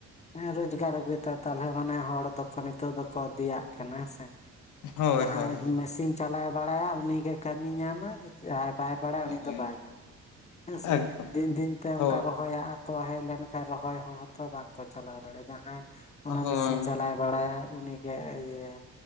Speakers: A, on the left; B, on the left.
A: ᱦᱮᱸ ᱨᱳᱡᱽᱜᱟᱨ ᱟᱜᱩᱭᱮᱫ ᱛᱟᱦᱮᱸᱫ ᱛᱟᱞᱦᱮ ᱢᱟᱱᱮ ᱦᱚᱲ ᱫᱚᱠᱚ ᱱᱤᱛᱚᱜ ᱫᱚᱠᱚ ᱫᱮᱭᱟᱜ ᱠᱟᱱᱟ ᱦᱮᱸ ᱥᱮ᱾
B: ᱦᱳᱭ
A: ᱞᱟᱦᱟᱭ
B: ᱦᱳᱭ ᱦᱳᱭ
A: ᱢᱮᱥᱤᱱ ᱪᱟᱞᱟᱣᱮ ᱵᱟᱲᱟᱭᱟ ᱩᱱᱤᱜᱮ ᱠᱟᱢᱤ ᱧᱟᱢᱟᱭ ᱟᱨ ᱵᱟᱭ ᱵᱟᱲᱟᱭᱟ ᱩᱱᱤ
B: ᱦᱳᱭ
A: ᱫᱚ ᱵᱟᱭ ᱧᱟᱢᱟ ᱦᱮᱸᱥᱮ᱾
B: ᱮᱠᱫᱚᱢ
A: ᱫᱤᱱ ᱫᱤᱱᱛᱮ
B: ᱦᱳᱭ
A: ᱚᱱᱠᱟ ᱨᱚ ᱦᱚᱭᱟᱜ ᱟᱠᱚ ᱦᱮᱡ ᱞᱮᱱᱠᱷᱟᱡ ᱨᱚᱦᱚᱭ ᱦᱚᱲ ᱦᱚᱸᱛᱚ ᱵᱟᱝᱠᱚ ᱪᱟᱞᱟᱣ ᱫᱟᱲᱮᱭᱟᱜ-ᱟ᱾ ᱡᱟᱦᱟᱸᱭ ᱚᱱᱟ
B: ᱦᱳᱭ
A: ᱢᱮᱥᱤᱱ ᱪᱟᱞᱟᱣᱮ ᱵᱟᱲᱟᱭᱟᱭ ᱩᱱᱤᱜᱮ ᱤᱭᱟᱹ